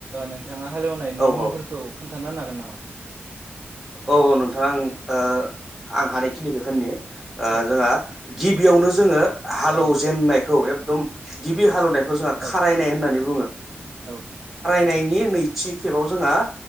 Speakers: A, on the right (about 55°); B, in the centre.
A: नोंथाङा हालेवनायनि
B: औ
A: मुंफोरखौ
B: औ
A: खोन्थानो हागोन नामा
B: औ नोंथाङा दा आं हानायखिनिखौ होननि ओ
A: औ
B: जोंहा गिबियावनो जोङो हालौजेननायखौ
A: औ
B: एकदम गिबि
A: औ
B: हालेवनायखौ जो
A: औ
B: खारायनाय होननानै
A: औ
B: नायनि नैथि खेब जोंहा